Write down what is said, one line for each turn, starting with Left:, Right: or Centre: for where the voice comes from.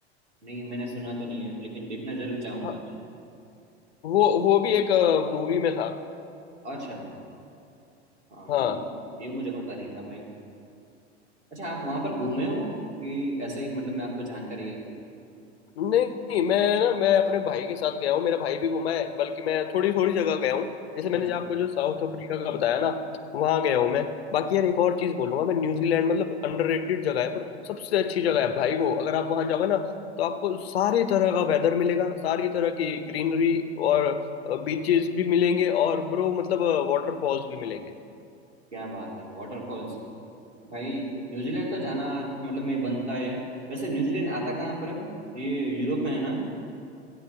Right: नहीं मैंने सुना तो नहीं है लेकिन देखना जरूर चाहूंगा
Left: हाँ
Right: मैं
Left: वो वो भी एक मूवी में था
Right: अच्छा हाँ
Left: हाँ
Right: ये ये मुझे पता नहीं था भाई अच्छा आप वहाँ पर घूमे हो कि ऐसे ही मतलब मैं आपको जानकारी है अभी
Left: नहीं नहीं, मैं ना मैं अपने भाई के साथ गया हूँ मेरा भाई भी घूमा है बल्कि मैं थोड़ी थोड़ी जगह गया हूँ जैसे मैंने
Right: अच्छा
Left: जो आपको जो साउथ अफ्रीका का बताया ना वहाँ गया हूँ मैं बाकी यार एक और चीज़ बोलूंगा मैं न्यूजीलैंड मतलब अंडररेटेड जगह है पर सबसे अच्छी जगह है भाई वो अगर आप वहाँ जाओगे ना तो आपको सारी तरह का वेदर मिलेगा सारी तरह की ग्रीनरी और बीचेस भी मिलेंगे और ब्रो मतलब वाटरफॉल्स भी मिलेंगे
Right: क्या बात है वाटरफॉल्स भाई न्यूजीलैंड तो जाना मतलब में बनता है वैसे न्यूजीलैंड आता कहाँ पर है ये यूरोप में है ना